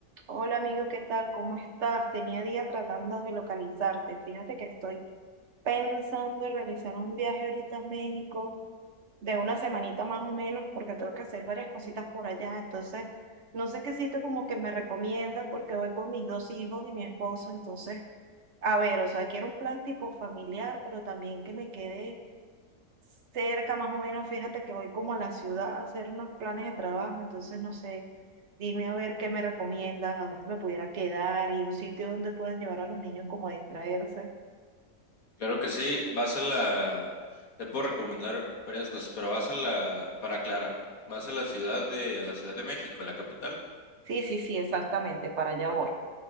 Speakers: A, on the right (about 50°); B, on the left (about 60°).
A: Hola amigo, ¿qué tal? ¿Cómo estás? Tenía día tratando de localizarte. Fíjate que estoy pensando en realizar un viaje ahorita a México de una semanita más o menos porque tengo que hacer varias cositas por allá. Entonces, no sé qué sitio como que me recomiendas porque voy con mis dos hijos y mi esposo. Entonces, a ver, o sea, quiero un plan tipo familiar, pero también que me quede cerca más o menos, fíjate que voy como a la ciudad a hacer unos planes de trabajo, entonces no sé, dime a ver qué me recomiendas, a dónde me pudiera quedar y un sitio donde puedan llevar a los niños como a distraerse.
B: Claro que sí, vas a la, te puedo recomendar varias cosas, pero vas a la, para aclarar, vas a la ciudad de, a la Ciudad de México, a la capital.
A: Sí, sí, sí, exactamente, para allá voy.